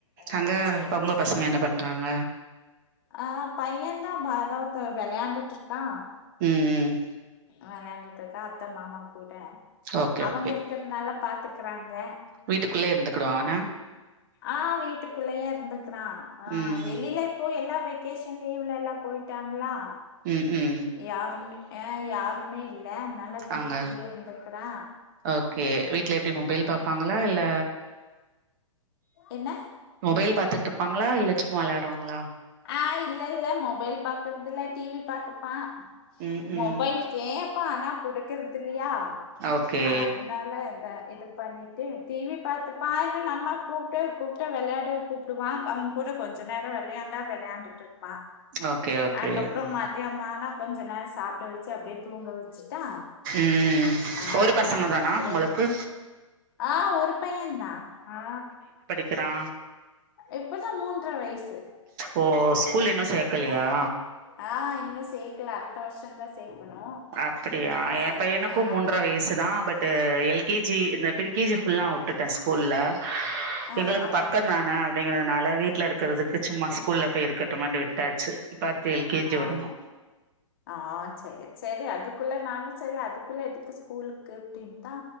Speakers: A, on the left; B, on the right.
A: ஓ
B: அங்க
A: சேரி
B: ஒங்க
A: சேரி
B: பசங்க என்ன பண்றாங்க
A: ஆ பைய தா பதவுத்து வெளையாண்டுட்டு இருக்கா
B: ம் ம்
A: வெளையாண்டுட்டு இருக்கா அத்த மாமா கூட
B: ஓகே
A: அவுங்க
B: ஓகே
A: இருக்கறதுனால பாத்துக்கறாங்க
B: வீட்டுக்குள்ளே இருந்துக்குடுவானா
A: ஆ வீட்டுக்குள்ளயே இருந்துக்கறா ஆ
B: ம்
A: வெளில இப்போ எல்லா வெக்கேஷ் எனா லீவ்ல எல்லா போயிட்டாங்களா
B: ம் ம்
A: யாருமே அ யாருமே இல்ல அதனால வீட்டுக்குள்ளயே
B: அங்க
A: இருந்துக்கறா
B: ஓகே வீட்ல எப்டி மொபைல் பாப்பாங்களா இல்ல
A: என்ன
B: மொபைல் பாத்துட்டுருப்பாங்களா இல்ல சும்மா வெளையாடுவாங்களா
A: ஆ இல்ல இல்ல மொபைல் பாக்குறதுல்ல டிவி பாத்துப்பா
B: ம் ம்
A: மொபைல் கேப்பா ஆனா குடுக்குறது இல்லையா
B: ஓகே
A: அதுனால எந்த இது பண்ணி டு டி வி பாத்தப்பா நம்மா கூப்ட்டு கூப்ட்டு விளையாட கூப்ட்டுவா அவன் கூட கொஞ்சோ நேரோ விளையா விளையாண்டுட்டு இருப்பா
B: ஓகே ஓகே
A: அதுக்கப்றோ
B: ம்
A: மதியம் ஆனா கொஞ்ச நேரோ சாப்ட வெச்சு ட்டு அப்படியே தூங்க வெச்சுட்டா
B: ம்
A: ஆ
B: ஒரு பசங்க
A: அதுக்கப்றோ
B: தானா உங்களுக்கு
A: ஆ ஒரு பைய்யதா ஆ
B: கெடா
A: இப்பதா மூன்ற வயசு
B: ஓ ஸ்கூல் இன்னு சேக்கலையா
A: அ ஹ ஆ இன்னு சேக்கல அடுத்த வருஷோ தா சேக்கணு
B: அப்படியா
A: சர்
B: எ பையனுகு
A: ஆ
B: மூன்ற வயசு தா பட் டு எல்கேஜி இந்த ப்ரிகேஜி ஃபுல்லா வுட்டுட்டே ஸ்கூல்ல
A: ஆ
B: எங்களுக்கு
A: ஆ
B: பக்கந்தான அப்படிங்கிறதுனால வீட்டுல இருக்கறதுக்கு சும்மா ஸ்கூல்ல போய் இருக்கட்டுமேனு விட்டாச்சு இப்ப அடுத்து எல்கேஜி
A: ஆ
B: விடனு
A: ஆ சேரி சேரி அதுக்குள்ள நானு சேரி அதுக்குள்ள எதுக்கு ஸ்கூலுக்கு அப்டினு தா